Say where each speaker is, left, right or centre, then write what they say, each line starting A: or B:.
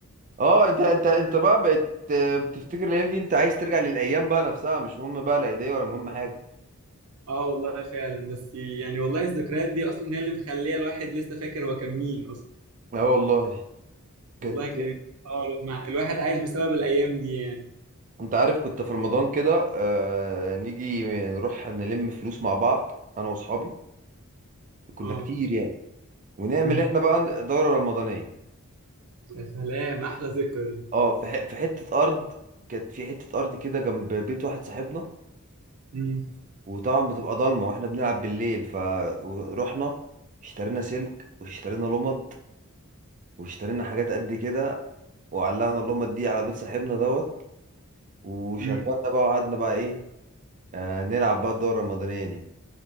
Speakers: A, on the right; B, on the right.
A: اه انت انت انت بقى بقت آه، بتفتكر الايام دي انت عايز ترجع للايام بقى نفسها مش مهم بقى لا ايديا ولا مهم حاجه
B: اه والله فعلا بس يعني والله الذكريات دي اصلا هي اللي مخليه الواحد لسه فاكر هو كان مين اصلا
A: اه والله
B: والله
A: كانت
B: كانت اه لما الواحد عايش بسبب الايام دي يعني
A: انت عارف كنت في رمضان كده آه نيجي نروح نلم فلوس مع بعض انا واصحابي كنا
B: اه
A: كتير يعني ونعمل
B: مم.
A: احنا بقى دورة رمضانية
B: يا سلام احلى ذكرى دي
A: اه في ح- في حته ارض كانت في حته ارض كده جنب بيت واحد صاحبنا
B: مم.
A: وطبعا بتبقى ضلمه واحنا بنلعب بالليل فروحنا اشترينا سلك واشترينا لمض واشترينا حاجات قد كده وعلقنا اللمض دي على بيت صاحبنا دوت وشغلنا
B: مم.
A: بقى وقعدنا بقى ايه آه نلعب بقى الدورة الرمضانية دي